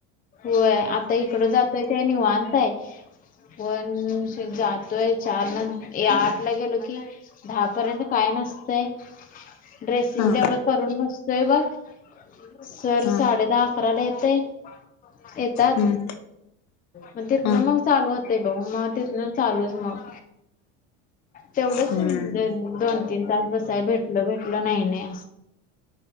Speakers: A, on the left (about 25°); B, on the left (about 50°).
A: होय आता इकड जातोय ते निवतय. पण जातोय चार न आठ ला गेलो की दहा पर्यंत काय न तय ड्रेसिंग
B: हा
A: तेवढं करून बसतोय बघ. सर
B: हा
A: साडे दहा अकराला येतय. येतात
B: हम्म
A: मग तेत ना
B: हा
A: मग चालू होते भाऊ मग हा तेथ ना चालूच मग तेवढंच
B: हम्म
A: दोन तीन तास बसाय भेटल भेटलं नाही नाही.